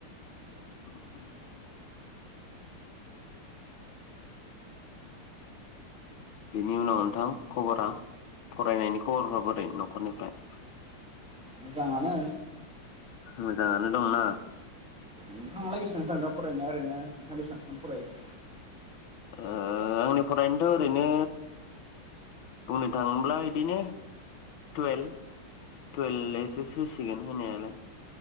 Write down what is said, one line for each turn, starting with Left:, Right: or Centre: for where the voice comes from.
Left: <unintelligible> बेनि उनाव नोंथां खबरा फरायनायनि खबरफोरा बोरै नखरनिफ्राय
Centre: मोजाङानो
Left: मोजाङानो दंना?
Centre: नोंथाङालाय बेसेबांसो फरायनाय ओरैनो नोंथाङा बेसेबांसिम फरायखो?
Left: ओ आंनि फरायनोथ' ओरैनो बुंनो थाङोब्ला इदिनो टुवेल्भ टुवेल्भ ओइस एस होसिगोन होनायालाय